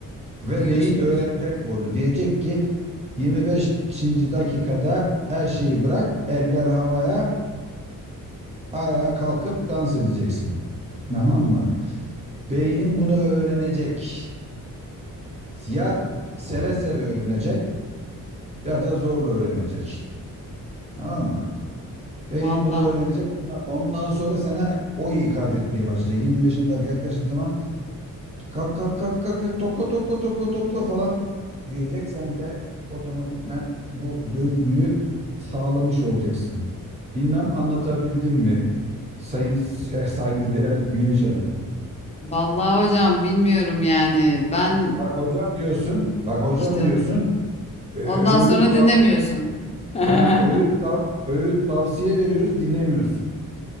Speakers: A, on the right; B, on the left.
A: Ve
B: diyorsunuz.
A: beyin öğrenecek bunu. Diyecek ki 25. dakikada her şeyi bırak, eller havaya, ayağa kalkıp dans edeceksin. Tamam mı? Beynin bunu öğrenecek. Ya seve seve öğrenecek ya da zorla öğrenecek. Tamam mı? Beyin
B: Valla.
A: bunu öğrenecek. Ondan, ondan sonra sana o ikaz etmeye başlayacak. 25. dakika yaklaştığı zaman kalk kalk kalk kalk topla topla topla topla falan diyecek. Sen de otomatikmen bu döngüyü sağlamış olacaksın. Bilmem anlatabildim mi? Sayın Se- saygıdeğer Güneş Hanım.
B: Valla hocam bilmiyorum yani. Ben
A: Bak hocam diyorsun, bak hocam
B: işte
A: diyorsun, e, öğüt
B: ondan sonra
A: tav
B: dinlemiyorsun. <laughs>
A: ha, öğüt tav- öğüt tavsiye veriyoruz, dinlemiyorsun.